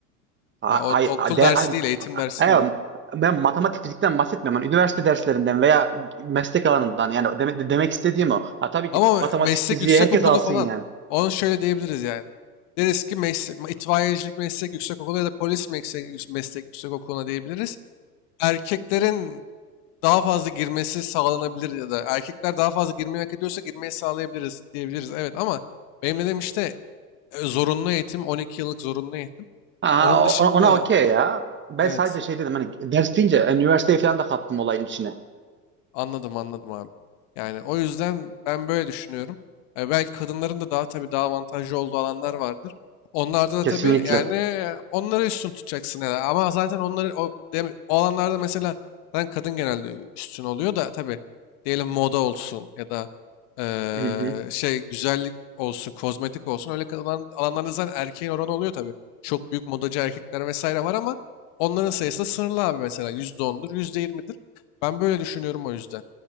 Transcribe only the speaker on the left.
Yani o
okul
dersi
değil, eğitim dersi
değil ama.
Ama
meslek
yüksekokulu
falan.
Onu şöyle diyebiliriz yani. Deriz ki meslek, itfaiyecilik meslek yüksekokulu ya da polis meslek, meslek yüksekokuluna diyebiliriz. Erkeklerin daha fazla girmesi sağlanabilir ya da erkekler daha fazla girmeyi hak ediyorsa girmeyi sağlayabiliriz diyebiliriz. Evet ama benim dediğim işte e, zorunlu eğitim, 12 yıllık zorunlu eğitim.
Onun dışında
evet
Anladım anladım abi. Yani o yüzden ben böyle düşünüyorum. Yani belki kadınların da daha tabii daha avantajlı olduğu alanlar vardır. Onlarda da
tabii yani onları üstün tutacaksın ya. Ama zaten onları o, dem- o alanlarda mesela ben kadın genelde üstün oluyor da tabii diyelim moda olsun ya da eee,
şey güzellik olsun, kozmetik olsun öyle kalan alanlarda zaten erkeğin oranı oluyor tabii. Çok büyük modacı erkekler vesaire var ama onların sayısı da sınırlı abi mesela yüzde ondur, yüzde yirmidir. Ben böyle düşünüyorum o yüzden.